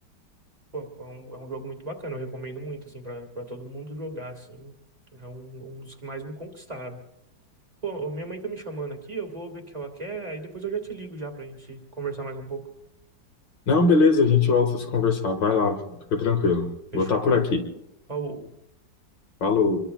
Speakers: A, on the right; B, on the left.
A: Pô, é um, é um jogo muito bacana, eu recomendo muito, assim, pra, pra todo mundo jogar, assim. É um, um dos que mais me conquistaram. Pô, ô, minha mãe tá me chamando aqui, eu vou ver o que ela quer, aí depois eu já te ligo já pra gente conversar mais um pouco.
B: Não, beleza, a gente volta a se conversar. Vai lá, fica tranquilo.
A: Fechou,
B: Vou estar por
A: mano?
B: aqui.
A: Ó, O
B: Falou.